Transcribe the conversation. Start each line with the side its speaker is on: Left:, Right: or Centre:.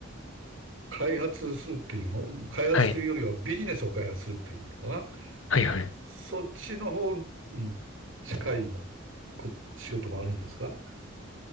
Right: 開発するっていうの、開発というよりはビジネスを開発するっていうのかな。
Left: はい。はい、はい。
Right: そっちの方に近いこ仕事もあるんですか